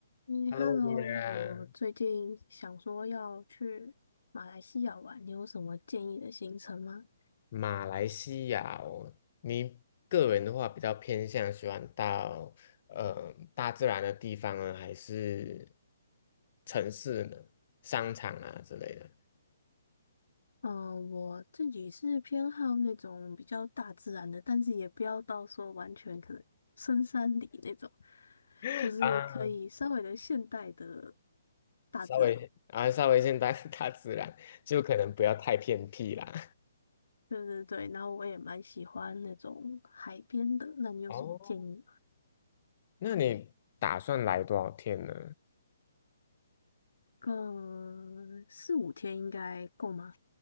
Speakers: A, on the left; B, on the left.
A: 嗯，Hello，
B: Hello，果然，
A: 我最近想说要去马来西亚玩，你有什么建议的行程吗？
B: 马来西亚哦，你个人的话比较偏向喜欢到呃大自然的地方呢，还是城市呢？商场啊之类的
A: 嗯，我自己是偏好那种比较大自然的，但是也不要到说完全可能深山里那种，
B: <laughs>
A: 就是可以稍微的现代的
B: 啊，
A: 大自然。
B: 稍微啊稍微先大 <laughs> 大自然，就可能不要太偏僻啦。
A: 对对对，然后我也蛮喜欢那种海边的，那你有什么建议吗？
B: <laughs> 哦，那你打算来多少天呢？
A: 嗯，四五天应该够吗？